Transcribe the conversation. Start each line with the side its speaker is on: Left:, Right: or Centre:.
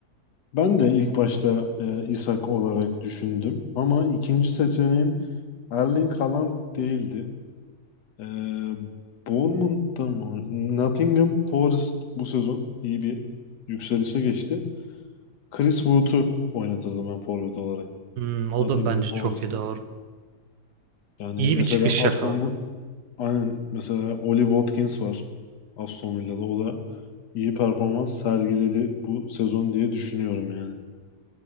Left: Ben de ilk başta e, İshak olarak düşündüm ama ikinci seçeneğim Erling Haaland değildi. Ee, Bournemouth'ta mı? Nottingham Forest bu sezon iyi bir yükselişe geçti. Chris Wood'u oynatırdım ben forvet olarak.
Right: Hmm, o
Left: Nottingham
Right: da bence
Left: Forest'ın.
Right: çok iyi doğru.
Left: Yani
Right: İyi
Left: mesela
Right: bir çıkış
Left: Aston
Right: yakaladı.
Left: aynen mesela Ollie Watkins var Aston Villa'da. O da iyi performans sergiledi bu sezon diye düşünüyorum yani.